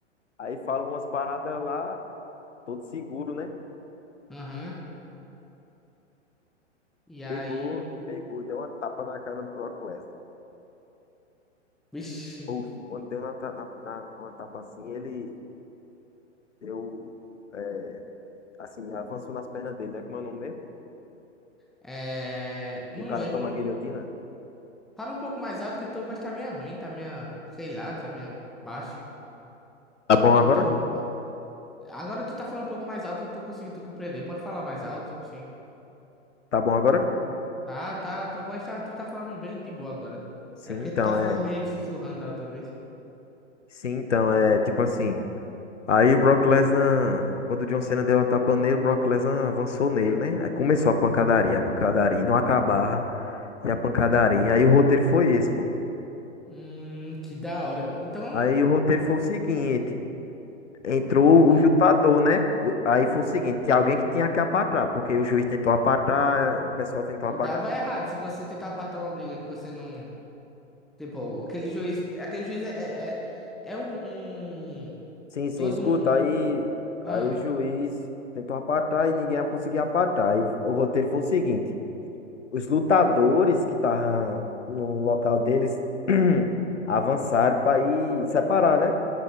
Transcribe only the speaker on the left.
Aí fala umas paradas lá. todo seguro, né?
Pegou e pegou, deu uma tapa na cara do Brock Lesnar.
Puf, quando deu na, ta- na- na- uma tapa assim, ele deu, é, assim, avançou nas pernas dele, né? Como é o nome mesmo?
Que o cara
toma a guilhotina.
Tá bom agora?
Tá bom agora?
Sim,
então
é.
Sim, então é tipo assim. Aí o Brock Lesnar, quando o John Cena deu a tapa nele, o Brock Lesnar avançou nele, né? Aí começou a pancadaria, a pancadaria, e não acabava. E a pancadaria. Aí o roteiro foi esse, pô.
Aí o roteiro foi o seguinte. Entrou
os lutadores, né? O- Aí foi o seguinte, tinha
alguém que tinha que apatar, porque o juiz tentou apatar, o pessoal tentou
apatar.
Sim, sim,
escuta,
aí,
aí o juiz tentou apatar e ninguém conseguia apatar. Aí o roteiro foi o seguinte, os lutadores que estavam no local deles <clears throat> avançaram para ir separar, né?